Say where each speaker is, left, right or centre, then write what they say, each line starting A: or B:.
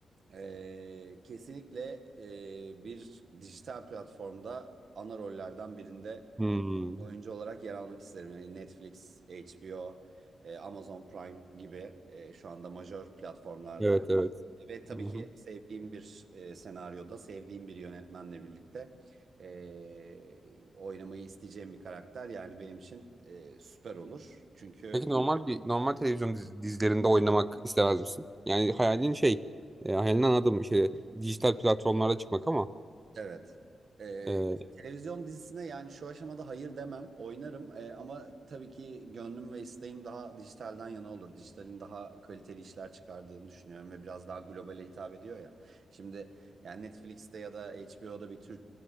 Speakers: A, on the right; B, on the right.
A: e, kesinlikle e, bir dijital platformda ana rollerden birinde
B: Hmm.
A: oyuncu olarak yer almak isterim. Yani Netflix, HBO, e, Amazon Prime gibi e, şu anda majör platformlarda.
B: Evet evet.
A: E, Ve tabii
B: Hı hı.
A: ki sevdiğim bir e, senaryoda, sevdiğim bir yönetmenle birlikte e, oynamayı isteyeceğim bir karakter yani benim için e, süper olur. Çünkü
B: Peki normal bir normal televizyon diz- dizilerinde oynamak istemez misin? Yani hayalin şey, e, hayalini anladım şey dijital platformlara çıkmak ama
A: Evet. Ee,
B: e,
A: televizyon dizisine yani şu aşamada hayır demem. Oynarım. Ee, ama tabii ki gönlüm ve isteğim daha dijitalden yana olur. Dijitalin daha kaliteli işler çıkardığını düşünüyorum ve biraz daha globale hitap ediyor ya. Şimdi yani Netflix'te ya da HBO'da bir Türk